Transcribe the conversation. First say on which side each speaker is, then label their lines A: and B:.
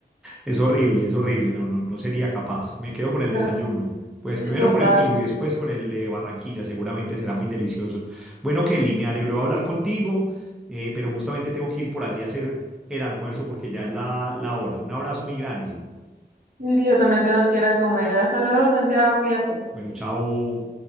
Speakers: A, in the centre; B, on the right (about 50°).
A: es horrible, es horrible. No, no, no sería capaz. Me quedo
B: <laughs>
A: con el desayuno.
B: Pero,
A: Pues primero
B: en Total.
A: con el mío y después con el de Barranquilla. Seguramente será muy delicioso. Bueno, Kelly, me alegró hablar contigo, eh, pero justamente tengo que ir por allí a hacer el almuerzo porque ya es la, la hora. Un abrazo muy grande.
B: Y yo también tengo que ir a comer. Hasta luego, Santiago, cuídate.
A: Bueno, chao.